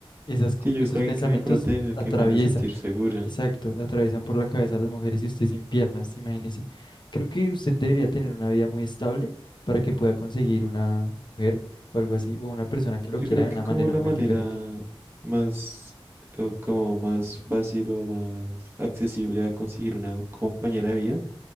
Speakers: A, on the left; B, on the right.
A: esas, co-
B: Sí, yo
A: esos
B: busco a alguien
A: pensamientos
B: que me proteja, que
A: atraviesan,
B: me haga sentir segura.
A: exacto, atraviesan por la cabeza a las mujeres y usted sin piernas, imagínese. Creo que usted debería tener una vida muy estable para que pueda conseguir una mujer o algo así, o una persona que
B: Yo
A: lo quiera
B: creo
A: de
B: que
A: una
B: como
A: manera
B: la
A: muy
B: manera
A: diferente.
B: más, o como más fácil o más accesible a conseguir una compañera de vida